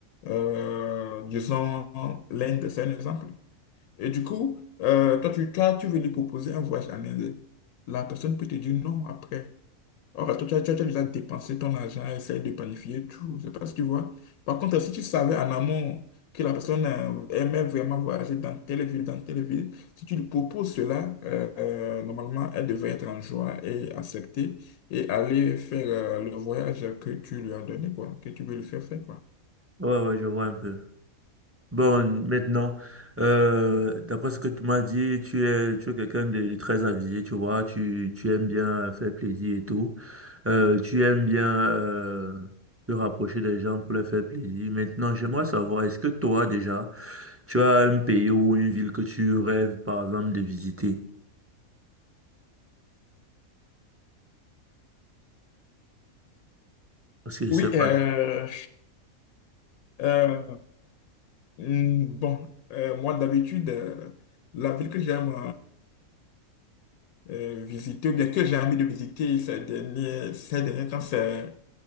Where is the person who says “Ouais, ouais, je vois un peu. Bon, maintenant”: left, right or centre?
Right